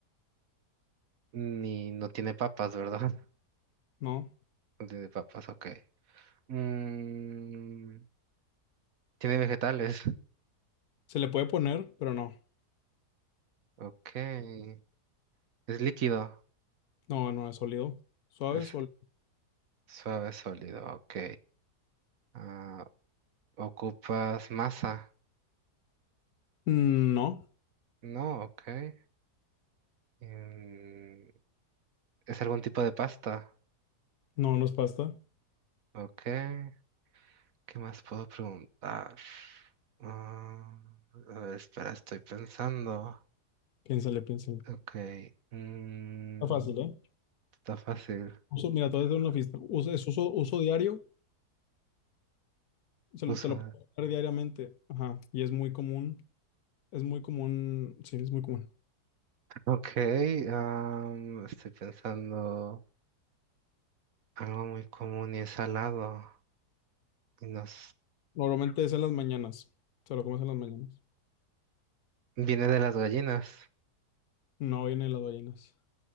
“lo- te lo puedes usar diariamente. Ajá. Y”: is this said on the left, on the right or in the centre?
Left